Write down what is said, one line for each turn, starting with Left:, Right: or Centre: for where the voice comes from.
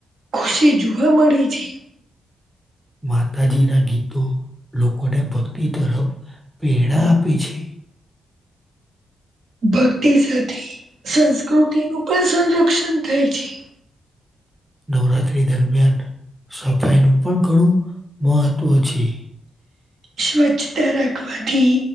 Right: ખુશી જોવા મળી છે.
Centre: માતાજી ના ગીતો. લોકોને ભક્તિ તરફ પ્રેરણા આપે છે.
Right: ભક્તિ સાથે સંસ્કૃતિનું પણ સંરક્ષણ થાય છે.
Centre: નવરાત્રી દરમિયાન સફાઈ નું પણ ઘણું મહત્વ છે.
Right: સ્વચ્છતા રાખવાથી